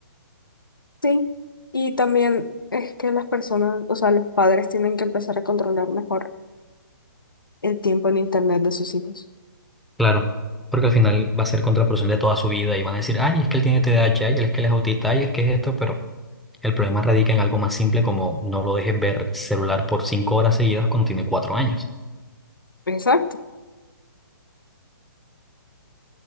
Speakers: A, on the left (about 75°); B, in the centre.
A: Sí, y también es que las personas, o sea, los padres tienen que empezar a controlar mejor el tiempo en internet de sus hijos.
B: Claro, porque al final va a ser contraproducente toda su vida y van a decir, ay, es que él tiene TDAH, ay, es que él es autista, ay, es que es esto, pero... El problema radica en algo más simple como no lo dejes ver celular por cinco horas seguidas cuando tiene cuatro años.
A: Exacto.